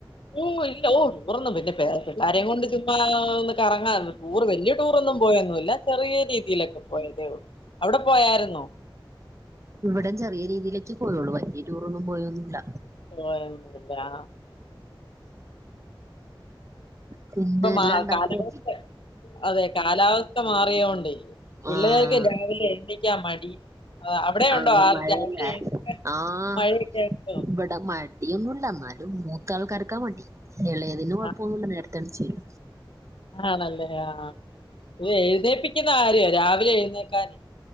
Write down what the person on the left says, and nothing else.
ഓഹ് ഇല്ല ഓഹ് ടുറൊന്നും പിന്നെ പിള്ളാരേം കൊണ്ട് ചുമ്മാ ഒന്ന് കറങ്ങാൻ ടൂർ വല്യ ടൂറൊന്നും പോയെന്നുല്ല ചെറിയ രീതിയിലൊക്കെ പോയതേഉള്ളു അവിടെ പോയാരുന്നോ?
പോയൊന്നുല്ലാ?
ഇപ്പൊ
മാ
കാലാവസ്ഥ
അതെ കാലാവസ്ഥ മാറിയോണ്ടെ പിള്ളേരൊക്കെ
രാവിലെ എ ണീക്കാൻ മടി അവിടെ
ഉണ്ടോ ആള്
രാവിലെ എഴുന്നേക്കാൻ
മഴൊയൊക്കെ ഉണ്ടോ?
ആ
ആണല്ലേ ആഹ് ഇത് എഴുന്നേപ്പിക്കുന്ന കാര്യ രാവിലെ എഴുന്നേ ക്കാനെ